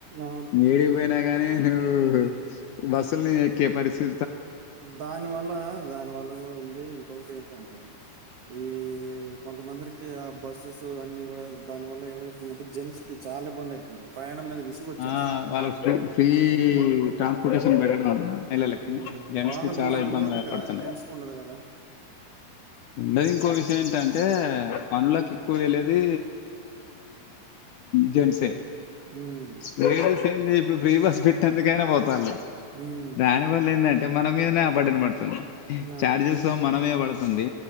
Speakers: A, on the right (about 75°); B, on the left (about 80°).
A: అవును.
B: ఎడికి పోయి గాని నువ్వు బస్సుల్నే ఎక్కే పరిస్థి
A: దాని వల్ల దాని వల్ల కూడా ఉంది ఇంకొకటి ఏంటంటే ఈ కొంతమందిరికి ఆ బస్సుస్ అన్నిీ కూడా దాని వల్ల ఏమైతుందంటే జెంన్స్ కి చాలా ఇబ్బంది అయితుంది ర ప్రయాణం మీద విసుగొచ్చేస్తుంది.
B: ఆ వాళ్ళకు ఫ్రీ ఫ్రీ ట్రాన్స్పోర్టేషన్ పెట్టడం వళ్ళ మహిళలకి
A: హ్మ్.
B: జెంన్స్
A: వాళ్ళకున్నంత
B: కి చాలా ఇబ్బందులు
A: ఓపిక
B: ఏర్పడుతున్నాయి
A: జెంట్స్‌కుండదు గదా!
B: ఉండదు ఇంకో విషయం ఏంటంటే పనులకి ఎక్కువ వెేళ్ళేది జెంట్సే
A: హ్మ్.
B: లేడీస్ ఏంది ఇప్పుడు ప్రీ బస్ పెట్టేందుకైనా పోతాళ్ళు
A: హ్మ్.
B: దాని వల్ల ఏందంటే మన మీదనే అ బడ్డన్ పడుతుంది
A: అవును.
B: చార్జెస్ మనమీద పడ్ తుంది